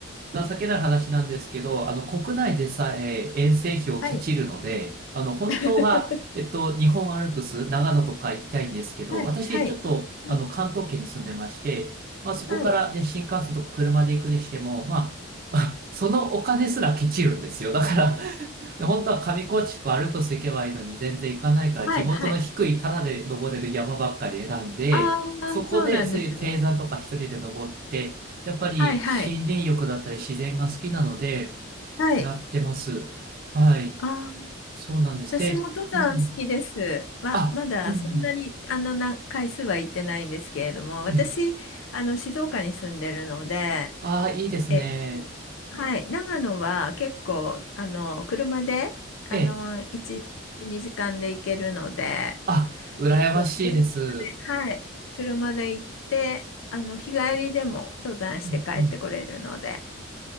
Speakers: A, on the right (about 45°); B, on the left (about 70°).
A: の、情けない話なんですけど、あの、国内でさえ遠征費をケチるので、
B: はい。
A: あの、本当は、
B: <laughs>
A: えっと、日本アルプス、長野とか行きたいんですけど、
B: はい。
A: 私、
B: はい。
A: ちょっと、
B: は
A: あの、関東圏に住んでまして、まあ、そこからね、
B: い。
A: 新幹線とか車で行くにしても、まあ、<laughs> そのお金すらケチるんですよ。だから、<laughs> で本当は上高地とかアルプス行けばいいのに全然行かないから地元の低いタダで登れる山ばっかり選んで、
B: はい。はい。ああ、
A: そこでそういう低山とか一人で登って、
B: そうなんですね。
A: やっぱり森林浴だったり自然が好きなので
B: はい。はい。はい。
A: やってます。はい。
B: ああ、
A: そうなんです。
B: 私も登山好きです。
A: で、うんうん。
B: ま、
A: あ、
B: まだそんなに、
A: うんうん。
B: あの、な、回数は行ってないんですけれども、私、
A: ええ。
B: あの、静岡に住んでるので、
A: ああ、いいですね。
B: えっと、はい。長野は結構、あの、車で、
A: ええ。
B: あの、1、2時間で行けるので、
A: あ、羨ましいです。
B: そう車で、
A: う
B: はい。車で行って、あの、日帰りでも登山して帰ってこれるので。
A: んうん